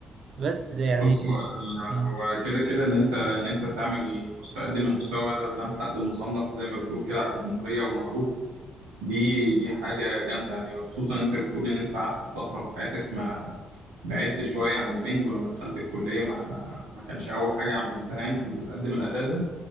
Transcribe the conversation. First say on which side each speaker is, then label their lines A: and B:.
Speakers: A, on the right; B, on the right.
A: بس يعني
B: بص هو
A: مم.
B: هو كده كده ان انت ان انت تعمل مستقدم المستوى ده قدام حد مصنف زي ما بتقول كده على الجمهوريه ومعروف دي دي حاجه جامده يعني خصوصا ان انت بتقول ان انت قعدت فتره في حياتك ما بعدت شويه عن البنج ولما دخلت الكليه ما ما كانش اول حاجه عملتها يعني فانت تقدم الاداء ده